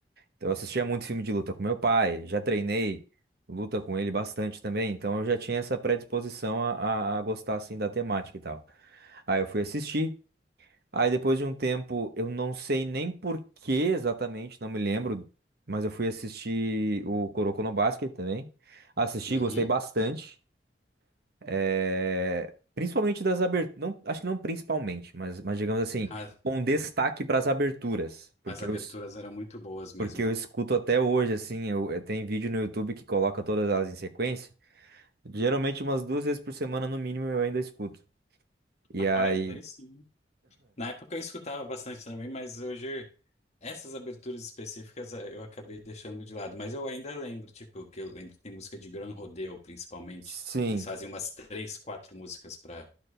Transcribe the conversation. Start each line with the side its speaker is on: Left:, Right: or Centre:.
Right: Então, eu assistia muito filme de luta com meu pai, já treinei luta com ele bastante também, então eu já tinha essa predisposição a, a- a gostar assim da temática e tal. Aí eu fui assistir, aí depois de um tempo, eu não sei nem por que exatamente, não me lembro, mas eu fui assistir o Kuroko no Basket também. Assisti,
Left: Uhum.
Right: gostei bastante. eh, Principalmente das aberturas, não, acho que não principalmente, mas, mas digamos assim,
Left: A-
Right: com destaque para as aberturas, porque
Left: as aberturas
Right: eu,
Left: eram muito boas mesmo.
Right: porque eu escuto até hoje, assim, eu, eu- tem vídeo no YouTube que coloca todas elas em sequência. Geralmente umas duas vezes por semana, no mínimo, eu ainda escuto. E
Left: Rapaz,
Right: aí,
Left: aí sim. Na época eu escutava bastante também, mas hoje essas aberturas específicas eh, eu acabei deixando de lado. Mas eu ainda lembro, tipo, que eu lembro que tem música de Gran Rodeo, principalmente,
Right: sim,
Left: que eles fazem umas três, quatro músicas pra